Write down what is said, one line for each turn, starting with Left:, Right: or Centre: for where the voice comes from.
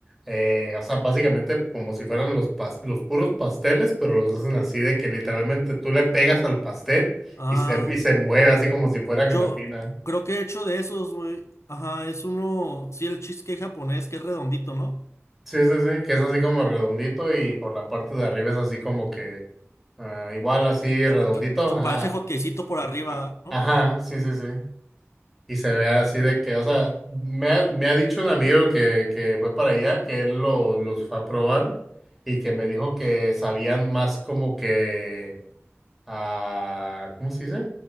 Centre: eh, o sea, básicamente como si fueran los, pas- los puros pasteles, pero los hacen así de que literalmente tú le pegas al pastel
Left: Ah,
Centre: y se, y se mueve así como si fuera
Left: yo
Centre: gelatina.
Left: creo que he hecho de esos, güey. Ajá, es uno, sí, el cheesecake japonés que es redondito, ¿no?
Centre: Sí, sí, sí, que es así como redondito y por la parte de arriba es así como que, ah, igual así redondito,
Left: Como, ca- co-
Centre: ajá,
Left: parece hotcakecito por arriba,
Centre: ah,
Left: ¿no?
Centre: ajá, sí, sí, sí. Y se ve así de que, o sea, me ha, me ha dicho un amigo que, que fue para allá, que él lo, los fue a probar y que me dijo que sabían más como que, ah, ¿cómo se dice?